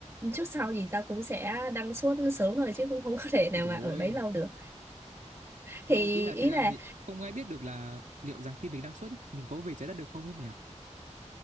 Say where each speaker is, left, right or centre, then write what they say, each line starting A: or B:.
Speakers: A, on the right; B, on the right.
A: trước sau gì ta cũng sẽ đăng suốt sớm thôi chứ cũng không có thể
B: Ôi
A: nào
B: trời
A: mà ở
B: ơi,
A: đấy lâu được
B: Đâu,
A: thì
B: ý là
A: ý
B: thời gian
A: là
B: thì không ai biết được là liệu rằng khi mình đang xuất ý, mình có về trái đất được không ấy mẹ ạ.